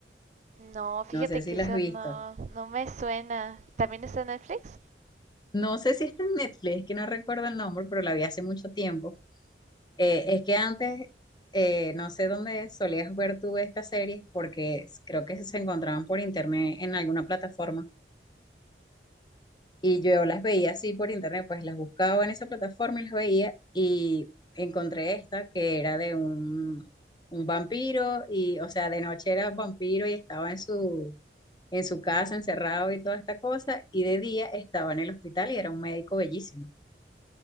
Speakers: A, on the right (about 40°); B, on the left (about 25°).
A: No, fíjate
B: No sé
A: que
B: si
A: esa
B: la has visto.
A: no, no me suena. ¿También está en Netflix?
B: No sé si está en Netflix, que no recuerdo el nombre, pero la vi hace mucho tiempo. Eh, es que antes, eh, no sé dónde solías ver tú esta serie, porque creo que se encontraban por internet en alguna plataforma. Y yo las veía así por internet, pues las buscaba en esa plataforma y las veía y encontré esta que era de un, un vampiro y, o sea, de noche era vampiro y estaba en su, en su casa encerrado y toda esta cosa y de día estaba en el hospital y era un médico bellísimo.